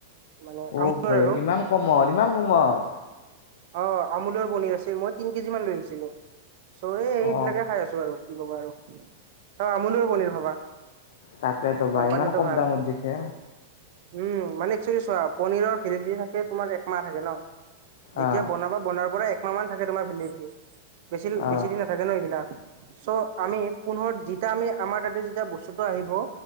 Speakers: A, on the right; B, on the left.
A: মানে
B: অ'ভাই
A: আমুলৰ আৰু
B: ইমান কমত ইমান কমত।
A: অ' আমুলৰ পনিৰ আছিল। মই তিন কেজি মান লৈ আহিছিলো। চ' এই এইবিলাকে
B: অ
A: খাই আছো আৰু কি ক'বা আৰু অ' আমোল পনীৰ ভাবা
B: তাকেতো বা
A: কোম্পানীটো
B: ইমান কম
A: ভাল
B: দামত দিছে
A: উম মানে চোৱা পনীৰ ভেলিদেতী থাকে। তোমাৰ একমাহ থাকে ন যেতিয়া
B: অ
A: বনাবা বনাৰ পৰাই একমাহ মান থাকে। তোমাৰ ভেলিদিতি বেছি
B: অ
A: দিন নাথাকে ন এইবিলাক চ' আমি পোন্ধ যেতিয়া আমি আমাৰ তাতে যেতিয়া বস্তুটো আহিব